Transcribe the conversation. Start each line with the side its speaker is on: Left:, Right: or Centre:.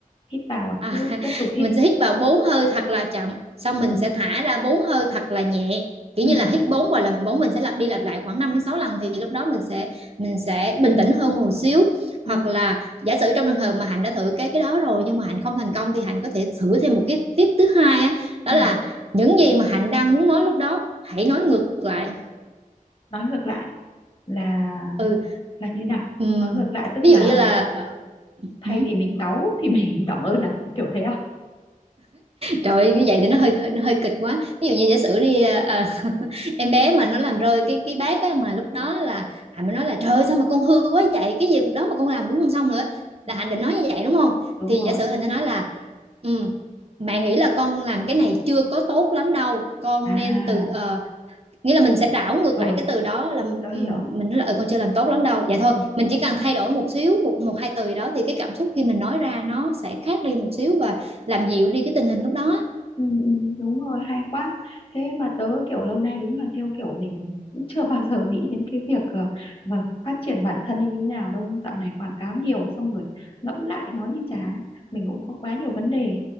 Left: hít vào à
Right: à,
Left: cứ
Right: <laughs>
Left: tiếp tục hít
Right: mình sẽ hít vào bốn hơi thật là chậm xong
Left: ừ.
Right: mình sẽ thả ra bốn hơi thật là nhẹ kiểu
Left: ừ
Right: như là
Left: ừ
Right: hít bốn và làm bốn mình sẽ lặp đi lặp lại khoảng năm đến sáu lần thì lúc đó mình sẽ mình sẽ bình tĩnh hơn một xíu
Left: ừ
Right: hoặc là giả sử trong trường hợp mà Hạnh đã thử cái cái đó rồi nhưng mà Hạnh không thành công thì Hạnh có thể thử thêm một cái tiếp thứ hai á đó
Left: ừ.
Right: là những gì mà Hạnh đang muốn nói lúc đó hãy nói ngược lại
Left: nói ngược lại là
Right: ừ,
Left: là như nào
Right: ừm,
Left: nói ngược lại tức
Right: ví
Left: là
Right: dụ như là
Left: thay
Right: ừ,
Left: vì mình cáu <laughs> thì mình cảm ơn à kiểu thế à
Right: Trời ơi, như vậy thì nó hơi hơi- nó hơi kịch quá. Ví dụ như giả sử đi ờ, <laughs> em bé mà nó làm rơi cái cái bát á, mà lúc đó là Hạnh mới nói là trời ơi, sao mà con hư quá vậy, cái việc đó mà con làm cũng không xong nữa.
Left: <laughs>
Right: Là Hạnh định nói như vậy đúng không?
Left: đúng
Right: Thì
Left: rồi
Right: giả sử Hạnh sẽ nói là ừ, mẹ nghĩ là con làm cái này chưa có tốt lắm đâu, con
Left: à
Right: nên từ ờ, nghĩa là mình sẽ đảo ngược
Left: rồi
Right: lại cái từ đó là ừ,
Left: tớ hiểu
Right: mình nói là ừ, con chưa làm tốt lắm đâu. Vậy thôi,
Left: Ừ.
Right: mình chỉ cần thay đổi một xíu một một hai từ gì đó thì cái cảm xúc khi mình nói ra nó sẽ khác đi một xíu và làm dịu đi cái tình hình lúc đó
Left: Ừ, ừ, đúng rồi hay quá thế mà tớ kiểu lâu nay đúng là theo kiểu mình cũng chưa bao giờ nghĩ đến cái việc ờ, mà phát triển bản thân như thế nào đâu dạo này quảng cáo nhiều xong rồi ngẫm lại nói như chả ấy, mình cũng có quá nhiều vấn đề